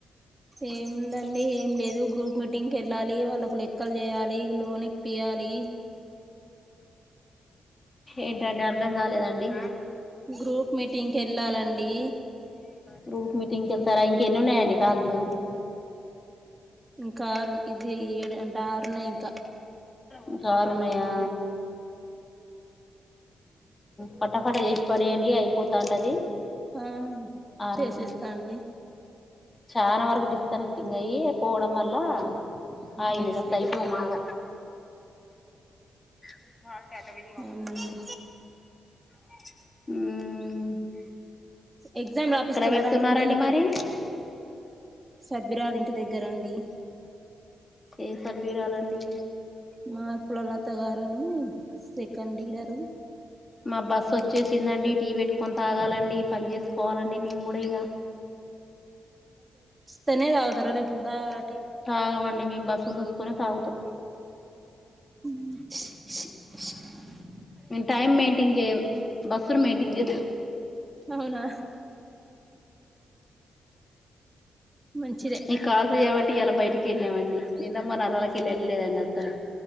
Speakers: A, on the right; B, on the left.
A: ఏముందండి ఏం లేదు. గ్రూప్ మీటింగ్ కెళ్ళాలి వాళ్ళకు లెక్కలు చేయాలి. లోన్ ఇప్పి యాలి.
B: ఏంటండి అర్ధం కాలేదండి.
A: గ్రూప్ మీటింగ్కెళ్ళాలండి.
B: గ్రూప్ మీటింగ్ కెళ్తారా! ఇంకెన్నున్నాయండి కాల్స్?
A: ఇంకారు ఇది ఏడు అంటే ఆరున్నాయి ఇంకా.
B: ఇంక ఆరున్నాయా? పట్ట పట చేసి పడేయండి. అయిపోతాంటది.
A: ఆ
B: ఆరున్నాయట.
A: చేసేస్తాండి
B: చాన వరకు డిస్కనెక్టింగ్ అయ్యి పోవడం వల్ల, అయింది
A: నెక్స్ట్
B: లేకపోతె
A: ఎక్కువగా
B: అయిపోవు మాగ రేపు హాలిడే అట విన్నీ వాళ్ళపో
A: అవునండి
B: మ్
A: ఎగ్జామ్ రాపిస్తున్నారా
B: పెడుతున్నారండి
A: అండి పిల్లలకు?
B: మరి
A: సభ్యురాలు ఇంటి దగ్గరండి.
B: ఏ సభ్యురాలండి?
A: మాకు ల లత గారని సెకండ్ లీడరు.
B: మా బస్ వచ్చేసిందండి. టీ పెట్టుకొని తాగాలండి. పని చేస్ పోవాలండి మేము కూడ ఇగ.
A: తేనే తాగుతారా లేకపోతే తాగర
B: తాగమండీ మేము బస్సు చూసుకొనే తాగుతాం.
A: మ్
B: టైమ్ మెయింటింగ్ చేయం. బస్సుని మెయింటింగ్ చే
A: అవునా మంచిదే
B: నీ కాల్ చేయబట్టి ఈయాల బయటికి కెల్లామండి నిన్న మ నరాలకిళ్ళ వెళ్ళలేదండి అసలే